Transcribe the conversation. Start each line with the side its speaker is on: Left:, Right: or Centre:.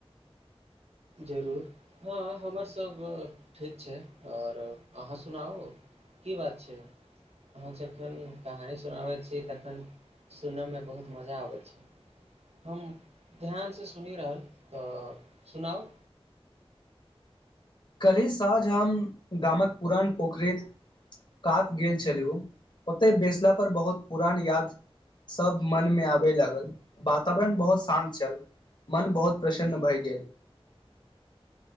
Right: जरूर हँ हमरसभ ठीक छै और अहाँ सुनाउ की बात छै अहाँ जखन कहानी सुनाबैत छी तखन सुनयमे बहुत मजा आबैत छै हम ध्यानसँ सुनि रहल तऽ सुनाउ
Left: कल्हि साँझ हम गामक पुरान पोखरि कात गेल छलहुँ ओतय बेैसलापर बहुत पुरान याद सब मनमे आबय लागल वातावरण बहुत शान्त छल मन बहुत प्रसन्न भए गेल